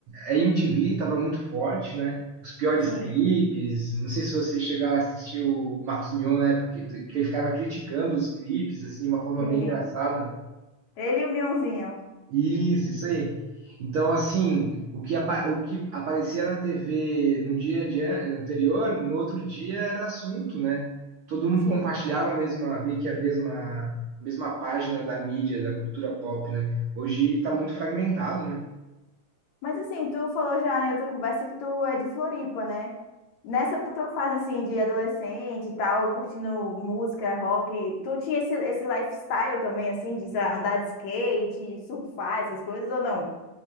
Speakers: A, on the right; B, on the left.
A: A MTV estava muito forte, né? Os piores
B: Sim,
A: clipes. Não sei se você chegou a assistir o Marcos Mion na época que, que ele ficava criticando os clipes, assim, de uma forma
B: sim.
A: bem engraçada.
B: Ele e o Mionzinho.
A: Isso, isso aí. Então, assim, o que, apa- o que aparecia na TV no dia de an- anterior, no outro dia era assunto, né? Todo mundo
B: Sim.
A: compartilhava a mesma, meio que a mesma, a mesma página da mídia, da cultura pop, né? Hoje está muito fragmentado, né?
B: Mas assim, tu falou já em outra conversa que tu é de Floripa, né? Nessa tua fase assim de adolescente e tal, curtindo música, rock, tu tinha esse, esse lifestyle também assim de sei lá, andar de skate, surfar, essas coisas ou não?